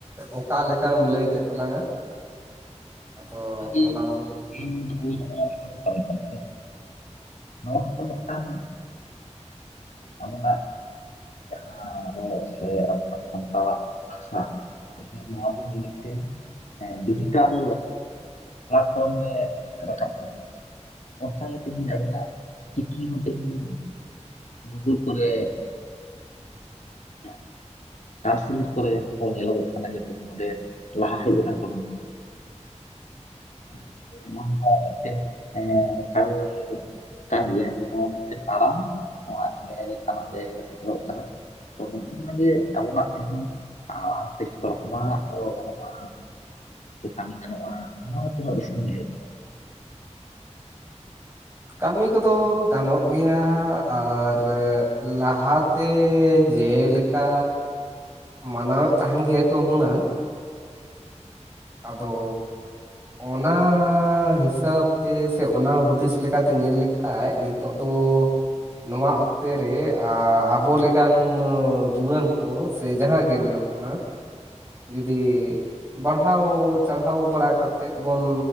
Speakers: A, on the right; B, on the left.
A: ᱚᱠᱟ ᱞᱮᱠᱟᱢ ᱞᱟᱹᱭ ᱠᱮᱫ ᱛᱟᱞᱟᱝᱟ ᱟᱫᱚ
B: ᱱᱚᱜᱼᱚᱭ ᱡᱮ
A: ᱚᱱᱟᱢ
B: ᱛᱮᱦᱮᱧ ᱱᱚᱜᱼᱚᱭ ᱱᱚᱜᱼᱚ <unintelligible> ᱠᱟᱱᱟ ᱥᱮ <unintelligible> ᱱᱚᱣᱟ ᱦᱚᱸ ᱛᱚ ᱢᱤᱫᱴᱟᱝ ᱚᱵᱚᱛᱟᱨ <unintelligible> ᱡᱟᱦᱟᱸ ᱨᱚᱲ ᱥᱮ ᱟᱵᱚᱣᱟᱜ ᱥᱟᱱᱛᱟᱲᱟᱜ ᱵᱷᱟᱥᱟ ᱛᱮᱦᱮᱧ ᱱᱚᱣᱟ ᱫᱚ ᱢᱤ ᱢᱤᱫᱴᱮᱱ ᱰᱤᱡᱤᱴᱟᱞ ᱮᱯ ᱯᱷᱳᱱ ᱨᱮ ᱮ ᱨᱟᱠᱟᱵ ᱠᱟᱱᱟ ᱚᱱᱠᱟᱜᱮ ᱛᱮᱦᱤᱧ ᱟᱵᱚᱱᱟᱜ ᱪᱤᱠᱤ ᱦᱚᱸ ᱛᱮᱦᱤᱧ ᱜᱩᱜᱩᱞ ᱠᱚᱨᱮ <unintelligible> ᱴᱨᱟᱱᱥᱞᱮᱴ ᱠᱚᱨᱮ ᱡᱟᱦᱟᱸ ᱠᱚ ᱧᱮᱞᱚᱜᱚᱜ ᱠᱟᱱᱟ ᱡᱮ ᱛᱮᱦᱮᱧ ᱚᱸᱰᱮ ᱞᱟᱦᱟ ᱦᱮᱡ ᱟᱠᱟᱱ ᱛᱟᱵᱚᱱᱟ <unintelligible> ᱠᱟᱹᱢᱤ <unintelligible> ᱠᱟᱱ ᱜᱮᱭᱟ ᱡᱮ ᱱᱚᱣᱟ ᱢᱤᱫᱴᱮᱡ ᱟᱲᱟᱝ ᱱᱚᱣᱟ ᱮ ᱟᱭ ᱞᱮᱠᱟᱱᱟᱜ ᱡᱟᱭᱜᱟ ᱨᱮ ᱥᱮᱴᱮᱨᱚᱜ ᱠᱟᱱᱟ ᱛᱚ ᱱᱚᱜᱼᱚ ᱱᱚᱣᱟ ᱡᱮ ᱟᱵᱚᱱᱟᱜ ᱛᱮᱦᱤᱧ ᱟᱨ ᱛᱮ ᱡᱚᱛᱚ ᱨᱚᱠᱚᱢᱟᱜ ᱚᱞ ᱜᱟᱱᱚᱜᱼᱟ ᱥᱮ ᱠᱟᱹᱢᱤ ᱜᱟᱱᱚᱜᱼᱟ ᱱᱚᱣᱟ ᱦᱚᱸ ᱛᱤᱱᱟᱹᱜ ᱨᱟᱹᱥᱠᱟᱹ ᱵᱩᱡᱷᱟᱹᱜ ᱠᱟᱱᱟ
A: ᱠᱟᱹᱢᱤ ᱠᱚᱫᱚ ᱜᱟᱱᱚᱜ ᱜᱮᱭᱟ ᱟᱨ ᱞᱟᱦᱟᱛᱮ ᱡᱮᱞᱮᱠᱟ ᱠᱟ ᱢᱟᱱᱟᱣᱮᱫ ᱛᱟᱦᱮᱱ ᱜᱮᱭᱟ ᱠᱚ ᱦᱩᱱᱟᱹᱝ ᱟᱫᱚ ᱚᱱᱟ ᱦᱤᱥᱟᱹᱵ ᱛᱮ ᱥᱮ ᱚᱱᱟ ᱦᱩᱫᱤᱥ ᱞᱮᱠᱟᱛᱮ ᱧᱮᱞ ᱞᱮᱠᱷᱟ ᱱᱤᱛ ᱱᱤᱛᱚᱜ ᱫᱚ ᱱᱚᱣᱟ ᱚᱠᱛᱮ ᱨᱮ ᱟᱵᱚ ᱞᱮᱠᱟᱱ ᱡᱩᱣᱟᱹᱱ ᱠᱚ ᱥᱮ ᱡᱟᱦᱟᱸ ᱜᱮ ᱢᱮᱱᱚᱜ ᱠᱟᱱᱟ ᱡᱩᱫᱤ ᱵᱟᱲᱦᱟᱣ ᱪᱟᱲᱦᱟᱣ ᱵᱟᱲᱟ ᱠᱟᱛᱮᱫ ᱵᱚᱱ